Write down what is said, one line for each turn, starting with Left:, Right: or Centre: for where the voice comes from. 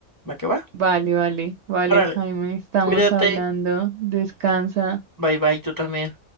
Left: ¿Va que va?
Right: Vale, vale, vale,
Left: Órale,
Right: Jaime, estamos
Left: cuídate,
Right: hablando. Descansa.
Left: bye bye, tú también.